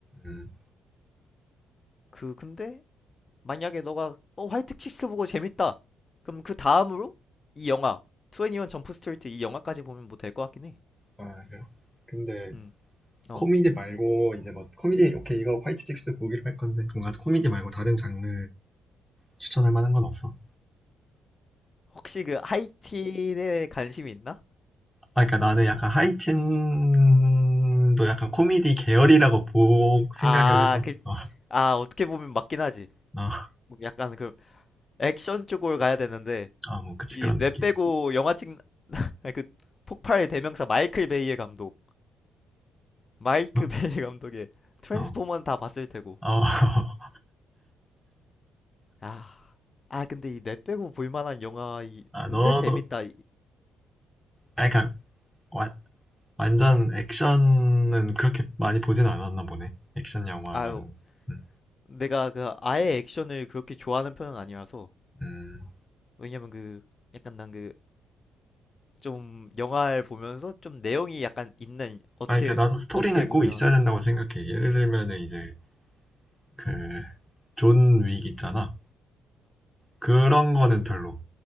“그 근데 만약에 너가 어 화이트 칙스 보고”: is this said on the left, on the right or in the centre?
Left